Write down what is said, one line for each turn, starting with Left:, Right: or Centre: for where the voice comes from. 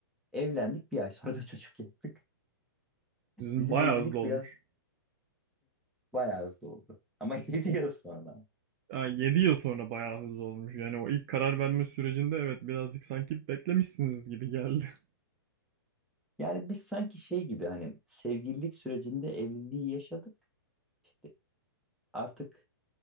Centre: Evlendik bir ay sonra da <laughs> çocuk yaptık.
Right: Sizin
Centre: Bizim
Right: bayağı
Centre: evlilik
Right: hızlı olmuş.
Centre: biraz bayağı hızlı oldu. Ama <laughs> 7
Right: O
Centre: yıl sonra.
Right: Yani 7 yıl sonra bayağı hızlı olmuş. Yani o ilk karar verme sürecinde evet birazcık sanki beklemişsiniz gibi geldi. <laughs>
Centre: Yani biz sanki şey gibi hani sevgililik sürecinde evliliği yaşadık. İşte artık